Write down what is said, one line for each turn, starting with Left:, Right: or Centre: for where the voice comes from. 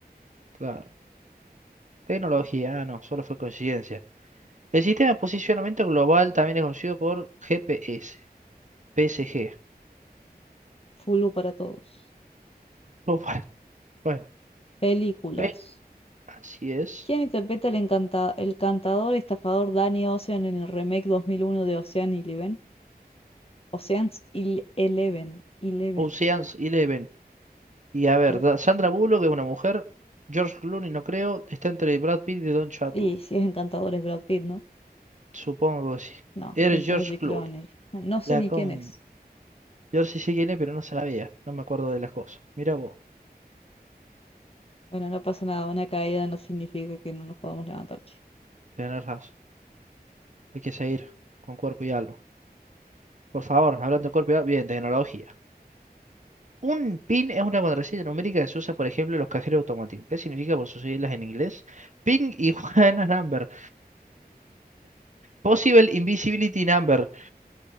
Right: claro. Tecnología, ah, no, solo fue coincidencia. El sistema de posicionamiento global también es conocido por GPS, PSG.
Left: Fulvo para todos.
Right: Oh, <laughs> Bueno, bueno,
Left: Películas.
Right: P- así es.
Left: ¿Quién interpreta el, encanta- el cantador estafador Danny Ocean en el remake 2001 de Ocean Eleven? Ocean's Il- Eleven. Eleven.
Right: Ocean's Eleven. Y a ver,
Left: Yo-
Right: da- Sandra Bullock es una mujer. George Clooney no creo. Está entre Brad Pitt y Don Cheadle.
Left: Y si es encantador es Brad Pitt, ¿no?
Right: Supongo que sí.
Left: No,
Right: Eres
Left: es
Right: George
Left: George Clooney.
Right: Clooney.
Left: No no sé
Right: La
Left: ni
Right: con...
Left: quién es.
Right: George sí sé quién es, pero no sabía. No me acuerdo de las cosas. Mira vos.
Left: Bueno, no pasa nada. Una caída no significa que no nos podamos levantar, che.
Right: Tenés razón. Hay que seguir con cuerpo y alma. Por favor, hablando de cuerpo y alma. Bien, tecnología. Un PIN es una contraseña numérica que se usa, por ejemplo, en los cajeros automáticos. ¿Qué significa por sus siglas en inglés? Ping y <laughs> Juana Number. Possible Invisibility Number.